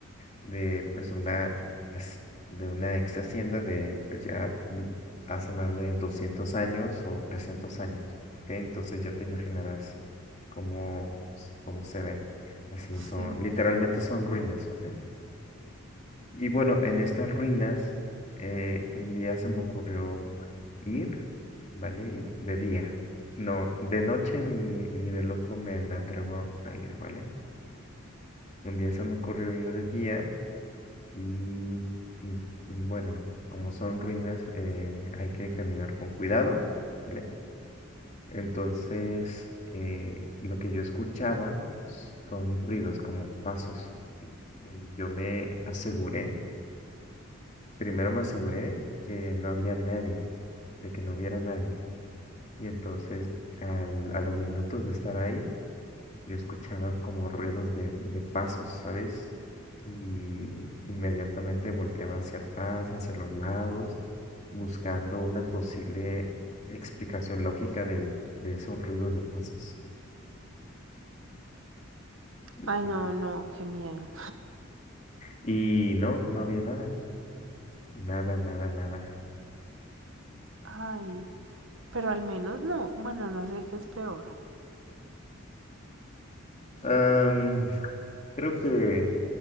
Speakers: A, on the left; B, on the right.
A: de pues una haci- de una ex hacienda de pues ya mm, hace más de 200 años o 300 años, ¿ok? Entonces ya te imaginarás cómo pues, cómo se ve. Así
B: Sí.
A: son, literalmente son ruinas, ¿vale? Y bueno, en estas ruinas eh, un día se me ocurrió ir, ¿vale? Y De día. No, de noche ni, ni de loco me, me atrevo a ir, ¿vale? Un día se me ocurrió ir de día y, y, y bueno, como son ruinas, eh, hay que caminar con cuidado, ¿vale? Entonces, eh, lo que yo escuchaba pues, son ruidos como pasos. Y yo me aseguré, primero me aseguré que no había nadie, de que no hubiera nadie. Y entonces, al- a los minutos de estar ahí, yo escuchaba como ruidos de, de pasos, ¿sabes? Y inmediatamente volteaba hacia atrás, hacia los lados, buscando una posible explicación lógica del, de esos ruidos de pasos. Y,
B: Ay,
A: y-
B: no, no, qué miedo.
A: y no, no había nada, nada, nada, nada.
B: Ay, pero al menos no. Bueno, no sé qué es peor.
A: Am, creo que